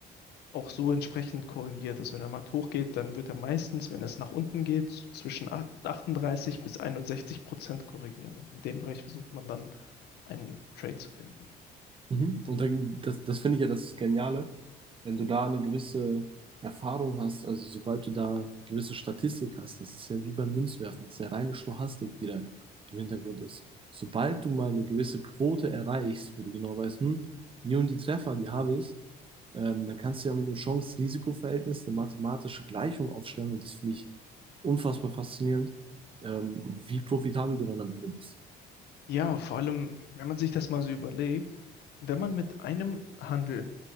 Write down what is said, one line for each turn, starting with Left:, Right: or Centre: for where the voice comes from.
Left: auch so entsprechend korrigiert. Also wenn der Markt hochgeht, dann wird er meistens, wenn es nach unten geht, so zwischen acht- 38 bis 61 Prozent korrigieren. Und in dem Bereich versucht man dann einen Trade zu finden.
Right: Mhm. Und dann, das, das finde ich ja das Geniale, wenn du da eine gewisse Erfahrung hast, also sobald du da eine gewisse Statistik hast, das ist ja wie beim Münzwerfen, das ist ja reine Stochastik, die da im Hintergrund ist. Sobald du mal eine gewisse Quote erreichst, wo du genau weißt, hm, die und die Treffer, die habe ich, ähm, dann kannst du ja mit einem Chance-Risiko-Verhältnis eine mathematische Gleichung aufstellen und das finde ich unfassbar faszinierend, ähm, wie profitabel du dann am Ende bist.
Left: Ja, vor allem, wenn man sich das mal so überlegt, wenn man mit einem Handel